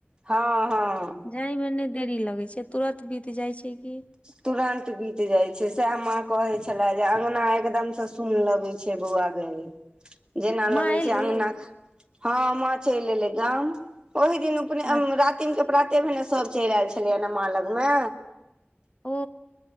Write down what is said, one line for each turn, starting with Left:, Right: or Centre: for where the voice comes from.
Right: हँऽ हँऽ
Left: जाय मऽ नहि देरी लगे छैय तुरत बीत जाइ छैय की
Right: तुरंत बीत जाइ छैय सएह माँ कहे छले जे अंगना एकदम सऽ सुन लगैत छैय से बौआ गै
Left: <inaudible>
Right: जेना लगे
Left: एली
Right: छैय अंगना हँऽ माॅं चलि एलै गाम ओहि दिन अपने
Left: अच्छा
Right: रातिम के प्राते भेने सब चलि आयल छलैया नऽ माॅं लग मे
Left: ओ